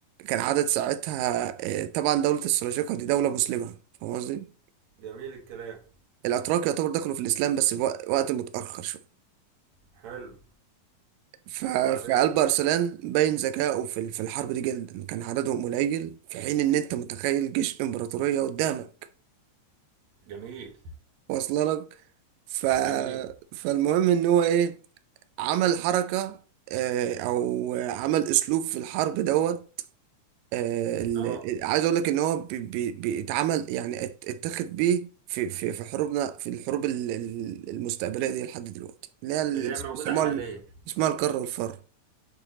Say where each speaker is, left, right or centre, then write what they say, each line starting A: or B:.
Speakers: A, on the right (about 90°); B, on the right (about 65°).
A: كان عدد ساعتها آه، طبعا دولة السلاجقة دي دولة مسلمة فاهم قصدي؟
B: جميل الكلام
A: الاتراك يعتبر دخلوا في الاسلام بس في وق- وقت متاخر شويه
B: حلو
A: ف-
B: وبعدين
A: فقلب ارسلان باين ذكائه في ال- في الحرب دي جدا كان عددهم قليل في حين ان انت متخيل جيش امبراطورية قدامك
B: جميل
A: واصله لك ف...
B: جميل
A: فالمهم ان هو ايه عمل حركة آه، او عمل اسلوب في الحرب دوت آه، ال-
B: اه
A: ال- عايز اقول لك ان هو بي- بي- بيتعمل يعني ات- اتخذ بيه في في في حروبنا في الحروب ال- ال- المستقبليه دي لحد دلوقتي اللي هي ال-
B: اللي هي موجوده
A: اسمها
B: حاليا
A: ال- اسمها الكر والفر